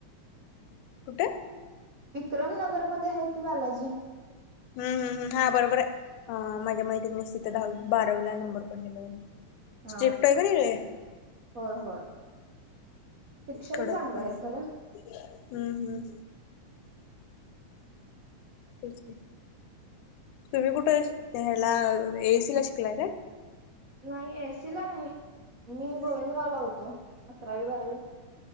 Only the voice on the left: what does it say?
कुठे.
हम्म हम्म हा बरोबर आहे. माझ्या मैत्रिणीच तिथं दहावी, बारावीला नंबर पडलेला.
स्ट्रिक्ट
आहे का नाही रे
कडक
पण
हाय.
हं, हं. तेच की. तुम्ही कुठ, त्या ह्याला एएससी ला शिकलाय काय.
हम्म